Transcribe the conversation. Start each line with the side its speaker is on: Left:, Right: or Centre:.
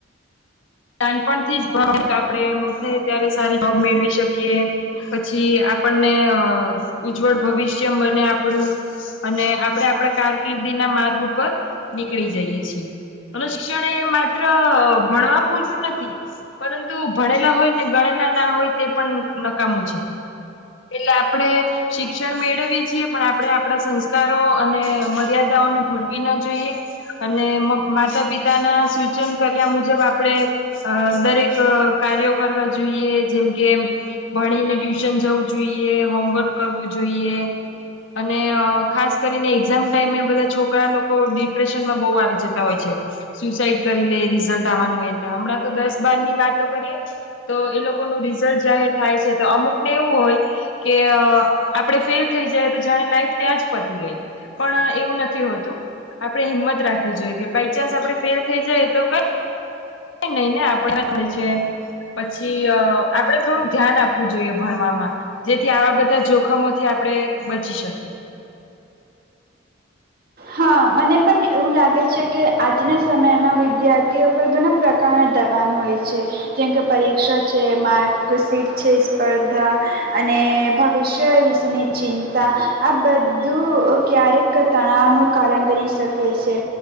Left: નાનપણ થી જ આપણે મો ત્યારે સારી જોબ મેળવી શકીએ, પછી આપણને ઉજ્જવળ ભવિષ્ય બને આપણું અને આપણે આપડા કારકિર્દી ના માર્ગ ઉપર નીકળી જઈએ છીએ અને શિક્ષણ એ માત્ર ભણવા પૂરતું નથી પરંતુ ભણેલા હોય ને ગણેલા ના હોય તે પણ નકામું છે. એટલે આપડણે શિક્ષણ મેળવીએ છીએ પણ આપણેે આપણા સંસ્કારો અને મર્યાદાઓને ભૂલવી ના જોઈએ, અને માતા પિતાના સૂચન કર્યા મુજબ આપણે દરેક કાર્યો કરવા જોઈએ, જેમ કે ભણીને ટ્યુશન જવું. જોઈએ, હોમવર્ક કરવું જોઈએ અને ખાસ કરીને એક્ઝામ ટાઈમે બધા છોકરા લોકો ડિપ્રેશનમાં બહુ આવી જતા હોય છે, સુસાઈડ કરી લે રિઝલ્ટ આવવાનું હોય એટલે હમણાં તો દસ બાર ની વાતો કરીએ તો એ લોકો ન રિઝલ્ટ જાહેર થાય છે તો અમુક ને એવું હોય. કે આપણેે ફેલ થઈ જાય તો જાણે લાઈફ ત્યાં જ પતી ગઈ પણ એવું નથી હોતું, આપણે હિંમત રાખવી જોઈએ કે બાય ચાન્સ આપણે ફેલ થઈ જાય તો કઈ નહી ને આપ મળ પછી આપડે થોડું ધ્યાન આપવું જોઈએ ભણવામાં. જેથી આવા બધા જોખમોથી આપણે બચી શકીએ.
Right: હા મને પણ એવું લાગે છે કે આજના સમયમાં વિદ્યાર્થીઓ પર ઘણા પ્રકારના દબાણ હોય છે, જેમ કે પરીક્ષા છે, માર્કશીટ છે, સ્પર્ધા અને ભવિષ્ય વિશેની ચિંતા આ બધું ક્યારેક તણાવનું કારણ બની શકે છે